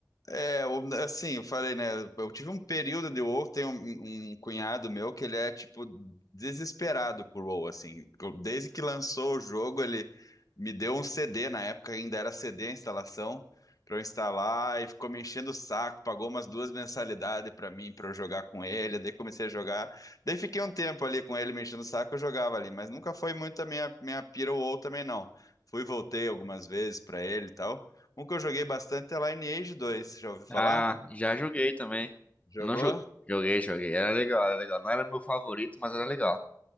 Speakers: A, on the left; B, on the left.
A: É, o- assim, eu falei, né? Eu tive um período de WoW, tem um, um cunhado meu que ele é, tipo, desesperado por WoW, assim. Desde que lançou o jogo, ele me deu um CD, na época ainda era CD a instalação, pra eu instalar, e ficou me enchendo o saco, pagou umas duas mensalidades pra mim, pra eu jogar com ele, daí comecei a jogar. Daí fiquei um tempo ali com ele me enchendo o saco, eu jogava ali, mas nunca foi muito a minha, minha pira WoW também, não. Fui, voltei algumas vezes pra ele e tal. Um que eu joguei bastante é Lineage dois. já ouviu falar?
B: Ah, já joguei também.
A: Jogou?
B: Não jo- joguei, joguei. Era legal, era legal. Não era meu favorito, mas era legal.